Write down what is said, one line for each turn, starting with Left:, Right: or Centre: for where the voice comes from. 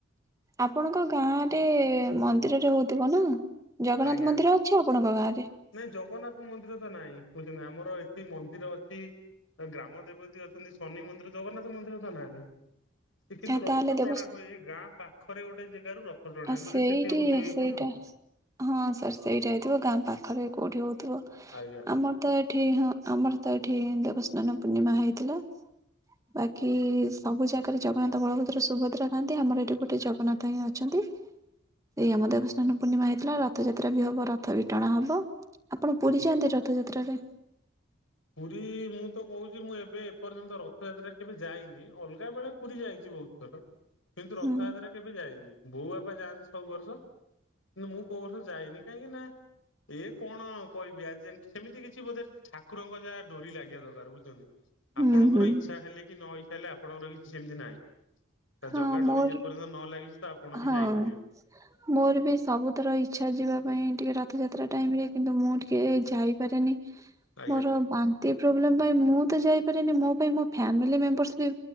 Right: ଆପଣଙ୍କ ଗାଁ ରେ ମନ୍ଦିରରେ ହଉଥିବ ନା? ଜଗନ୍ନାଥ
Left: ଆଜ୍ଞା
Right: ମନ୍ଦିର ଅଛି ଆପଣଙ୍କ ଗାଁ ରେ?
Left: ନାଇଁ ଜଗନ୍ନାଥ ମନ୍ଦିର ତ ନାଇଁ ବୁଝଛନ୍ତି ଆମର ଏଠି ମନ୍ଦିର ଅଛି। ଗ୍ରାମ ଦେବତୀ ଅଛନ୍ତି, ଶନି ମନ୍ଦିର, ଜଗନ୍ନାଥ ମନ୍ଦିର ତ ନାହିଁ। ସେ କିନ୍ତୁ
Right: ଆ
Left: ରଥ
Right: ତାହେଲେ ଦେବ
Left: ଟଣା ହୁଏ। ଏ ଗାଁ ପାଖରେ ଗୋଟେ ଜାଗାରୁ ର <unintelligible>
Right: ଆଉ ସେଇଠି
Left: ବୋଧେ ସେଠି ହଉଥିବ କି
Right: ସେଇଟା
Left: କଣ ଆଉ।
Right: ହଁ ସାର୍ ସେଇଟା ହେଇଥିବ। ଗାଁ ପାଖାପାଖି କୋଉଠି ହଉଥିବ।
Left: ଆଜ୍ଞା।
Right: ଆମର ତ ଏଠି ହଁ ଆମର ତ ଏଠି ଦେବସ୍ନାନ ପୂର୍ଣ୍ଣିମା ହେଇଥିଲା। ବାକି ସବୁ ଜାଗାରେ ଜଗନ୍ନାଥ, ବଳଭଦ୍ର, ସୁଭଦ୍ରା ଥାନ୍ତି। ଆମର ଏଠି ଗୋଟେ ଜଗନ୍ନାଥ ହିଁ ଅଛନ୍ତି। ଏଇ ଆମ ଦେବସ୍ନାନ ପୂର୍ଣ୍ଣିମା ହେଇଥିଲା। ରଥଯାତ୍ରା ବି ହବ। ରଥ ବି ଟଣା ହବ। ଆପଣ
Left: ହୁଁ
Right: ପୁରୀ
Left: ହୁଁ।
Right: ଯାଆନ୍ତି ରଥଯାତ୍ରାରେ?
Left: ପୁରୀ ମୁଁ ତ କହୁଛି ମୁଁ ଏବେ ଏପର୍ଯ୍ୟନ୍ତ ରଥଯାତ୍ରା କେବେ ଯାଇନି ଅଲଗା ବେଳେ ପୁରୀ ଯାଇଛି ବହୁତ ଥର। ଁ କିନ୍ତୁ ରଥଯାତ୍ରା
Right: ହୁଁ
Left: କେବେ ଯାଇନି ବୋଉ ବାପା ଯାଆନ୍ତି ସବୁ ବର୍ଷ କିନ୍ତୁ ମୁଁ କୋଉ ବର୍ଷ ଯାଇନି। କାହିଁକି ନା ଏ କଣ କହିବି ଆ ସେମିତି କିଛି ବୋଧେ ଠା ଠାକୁରଙ୍କ ଯାହା ଡୋରି ଲାଗିବା ଦରକାର ବୁଝୁଛନ୍ତି
Right: ହୁଁ
Left: ଆପଣଙ୍କର
Right: ହୁଁ
Left: ଇଛା ଇଛା ହେଲେ କି ନ ଇଛା ହେଲେ ଆପଣଙ୍କର କିଛି ସେମିତି ନାଇଁ ତା
Right: ହଁ
Left: ଜଗା
Right: ମୋର
Left: ଡୋରି ଯେପର୍ଯ୍ୟନ୍ତ ନ ଲାଗିଚି ତ ଆପ
Right: ହଁ।
Left: <unintelligible>
Right: ମୋର ବି ସବୁଥର ଇଚ୍ଛା ଯିବା ପାଇଁ ଟିକେ ରଥଯାତ୍ରା ଟାଇମ୍ରରେ କିନ୍ତୁ ମୁଁ ଟିକେ ଯାଇପାରେନି। <unintelligible>
Left: ଆଜ୍ଞା।
Right: ମୋର ବାନ୍ତି ପ୍ରୋବ୍ଲେମ ପାଇଁ ମୁଁ ତ ଯାଇପାରିନି ମୋ ପାଇଁ ମୋ ଫ୍ୟାମିଲି ମେମ୍ବରସ ବି